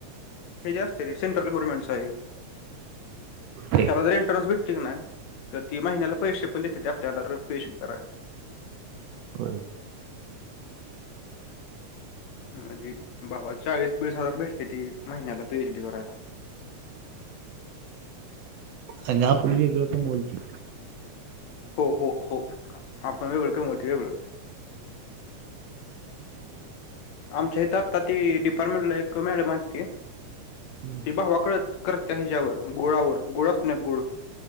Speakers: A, on the left (about 75°); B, on the right (about 70°).
A: ते जे असते रे सेंट्रल गव्हर्मेंटंच हाये.
B: ते
A: ह्याला जर एंट्रन्स भेटलई की नाय, तर ती महिन्याला पैशे पण देते त्यात आप त्याला र पी एच कराया.
B: होय?
A: म्हणजी भावा चाळीस वीस हजार भेटते, ती महिन्याला पीएच डी करायला.
B: आणि आपण वेगळं कमवाल की.
A: हो हो हो आपण वेगळं कमवल, ते वेगळं. आमच्या इथ आत्ता ती डिपार्टमेंट ला एक मॅडम आल्ती
B: हम्म.
A: ती भावा कळ-करत हाय ह्याज्यावर गुळावर-गुळ असतोना गुळ.